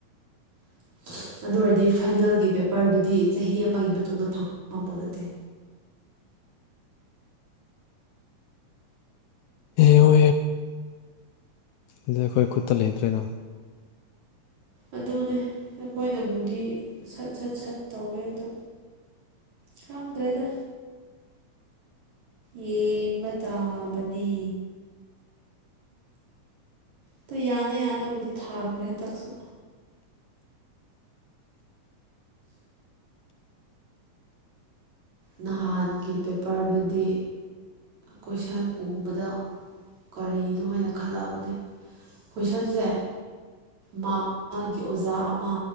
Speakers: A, on the right; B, on the left.
A: <inaudible> ꯑꯗꯨ ꯑꯣꯏꯔꯗꯤ ꯐꯥꯏꯅꯦꯜꯒꯤ ꯄꯦꯄꯔꯗꯨꯗꯤ ꯆꯍꯤ ꯑꯃꯒꯤ ꯃꯇꯨꯡꯗ ꯐꯪꯕ ꯉꯝꯕ ꯄꯣꯠ ꯅꯠꯇꯦ
B: ꯌꯦꯡꯉꯣ ꯑꯗꯨꯗꯤ ꯑꯩꯈꯣꯏ ꯈꯨꯠꯇ ꯂꯩꯇ꯭ꯔꯦꯅ
A: ꯑꯗꯨꯅꯤ ꯑꯩꯈꯣꯏꯅꯕꯨꯗꯤ ꯁꯠ ꯁꯠ ꯁꯠ ꯇꯧꯋꯦ ꯑꯗꯣ ꯈꯪꯗ꯭ꯔꯦꯗ ꯌꯦꯡꯕ ꯇꯥꯕꯅꯤ ꯑꯗꯨ ꯌꯥꯅ ꯌꯥꯅꯕꯗꯤ ꯊꯥꯈ꯭ꯔꯦ ꯍꯟꯗꯛꯁꯨ ꯅꯍꯥꯟꯒꯤ ꯄꯦꯄꯔꯗꯨꯗꯤ ꯀꯣꯏꯁꯟ ꯎꯕꯗ ꯀꯔꯤꯅꯣ ꯍꯥꯏꯅ ꯈꯜꯂꯛꯑꯕꯅꯦ ꯀꯣꯏꯁꯟꯁꯦ ꯃꯥꯛ ꯑꯃꯒꯤ ꯑꯣꯖꯥ ꯑꯃꯥ